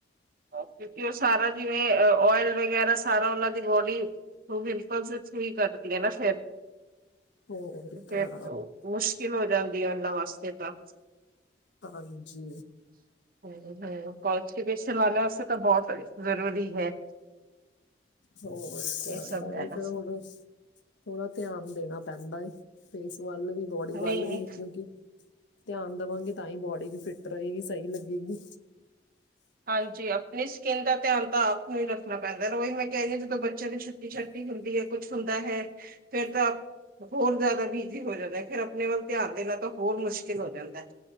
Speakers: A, on the right (about 50°); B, on the left (about 85°).
A: ਕਿਉਂਕਿ ਉਹ ਸਾਰਾ ਜਿਵੇਂ ਓਇਲ ਵਗੈਰਾ ਸਾਰਾ ਉਹਨਾਂ ਦੀ ਬੋਡੀ ਉਹ ਪਿਮਪਲ ਹੀ ਕੱਢ ਦੀ ਹੈਨਾ ਫਿਰ
B: ਹੋਰ ਕਿਆ
A: ਕਿਵੇ ਹੋ ਜਾਂਦੀ ਆ ਉਹਨਾਂ ਵਾਸਤੇ ਤਾਂ।
B: ਹਾਂਜੀ।
A: ਹਯੇ-ਹਯੇ, ਕੋਨਸਟੀਪੇਸ਼ਨ ਵਾਲਿਆਂ ਵਾਸਤੇ ਤਾਂ ਬਹੁਤ ਜ਼ਰੂਰੀ ਹੈ।
B: ਹੋਰ ਕਿਆ
A: ਇਹ ਸਭ
B: ਤਾਂਹੀ
A: ਲੈਣਾ
B: ਜਰੂਰੀ ਹੁਣ ਬਸ ਥੋੜ੍ਹਾ ਧਿਆਨ ਦੇਣਾ ਪੈਂਦਾ ਹੈ ਫੇਸ ਵੱਲ ਵੀ, ਬੋਡੀ ਵੱਲ
A: ਨਹੀਂ ਨਹੀਂ
B: ਵੀ ਕਿਉਂਕਿ ਧਿਆਨ ਦੇਵਾਂਗੇ ਤਾਂ ਹੀ ਬੋਡੀ ਵੀ ਫਿਟ ਰਹੇਗੀ, ਸਹੀ ਲੱਗੇਗੀ।
A: ਹਾਂਜੀ, ਆਪਣੀ ਸਕਿੰਨ ਦਾ ਧਿਆਨ ਤਾਂ ਆਪ ਨੂੰ ਹੀ ਰੱਖਣਾ ਪੈਂਦਾ ਉਹੀ ਮੈਂ ਕਹਿ ਰਹੀ ਹਾਂ ਜਦੋਂ ਬੱਚਿਆਂ ਦੀ ਛੁੱਟੀ ਛੁਟੀ-ਛਟੀ ਹੁੰਦੀ ਹੈ, ਕੁੱਛ ਹੁੰਦਾ ਹੈ ਫੇਰ ਤਾਂ ਹੋਰ ਜ਼ਿਆਦਾ ਬਿਜੀ ਹੋ ਜਾਂਦਾ ਫਿਰ ਆਪਣੇ ਵੱਲ ਧਿਆਨ ਦੇਣਾ ਤਾਂ ਹੋਰ ਮੁਸ਼ਕਿਲ ਹੋ ਜਾਂਦਾ।